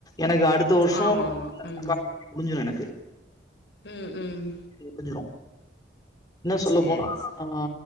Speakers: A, on the left; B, on the left.
A: எனக்கு அடுத் த வர்ஷோ
B: ஆமா
A: <inaudible>
B: ஆமா ம்
A: முடுஞ்சுரு எனக்கு
B: ம் ம்
A: முடுஞ்சுரு இன்னொ சொல்லப்போனா
B: சேரிங் சார்